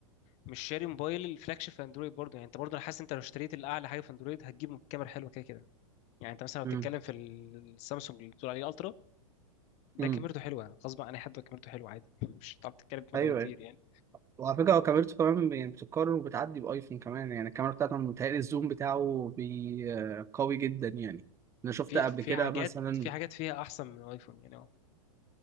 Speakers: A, on the left (about 40°); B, on the right (about 15°).
A: مش شاري موبايل الفلاج شيب في اندرويد برضه يعني انت برضه انا حاسس انت لو اشتريت الاعلى حاجه في اندرويد هتجيب كاميرا حلوه كده كده يعني انت مثلا لو بتتكلم
B: امم
A: في السامسونج اللي بتقول عليه الترا ده
B: امم
A: كاميرته حلوه غصب عن اي حد كاميرته حلوه عادي <laughs> مش هتعرف تتكلم في موضوع
B: ايوه
A: كتير
B: ايوه
A: يعني
B: وعلى فكره هو كاميرته كمان يعني بتتكرر وبتعدي بايفون كمان يعني الكاميرا بتاعته أنا متهيألي الزوم بتاعه بي... آه، قوي جدا يعني انا شفت
A: في
B: قبل
A: في
B: كده
A: حاجات
B: مثلا
A: في حاجات فيها احسن من الايفون يعني اه